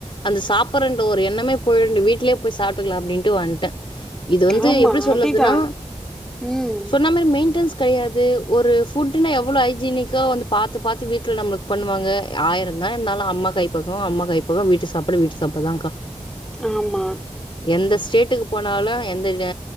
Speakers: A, on the left; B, in the centre.
A: அந்த சாப்பறன்ற ஒரு எண்ணமே போயிண்டு வீடலேய போய் சாப்பிட்டுக்கலாம் அப்படின்ட்டு வன்டே இது வந்து
B: ஆமா
A: எப்படி சொல்லறதுன்னா
B: அப்டிதான் ம்
A: சொன்ன மாதி மெயின்டன்ஸ் கெடையாது ஒரு ஃபுட்னா எவ்ளோ ஹைஜீனிக்கா வந்து பாத்து பாத்து வீட்டுல நம்மளுக் பண்ணுவாங்க ஆயிருந்தான் இருனாலும் அம்மா கை பக்கவ அம்மா கை பக்க வீட்டு சாப்பாடு வீட்டு சாப்படுதான்கா
B: ஆமா
A: எந்த ஸ்டேட்டுக்கு போனாலும் எந்த ந்த